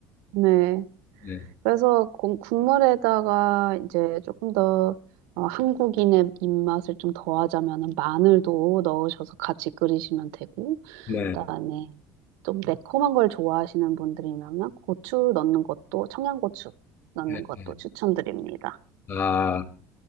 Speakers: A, on the right (about 80°); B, on the left (about 30°).
A: 네.
B: 네.
A: 그래서 국- 국물에다가 이제 조금 더 어, 한국인의 입맛을 좀 더하자면 마늘도 넣으셔서 같이 끓이시면 되고,
B: 네.
A: 그다음에 좀 매콤한 걸 좋아하시는 분들이면 고추 넣는 것도, 청양고추 넣는
B: 예,
A: 것도
B: 예.
A: 추천드립니다.
B: 아,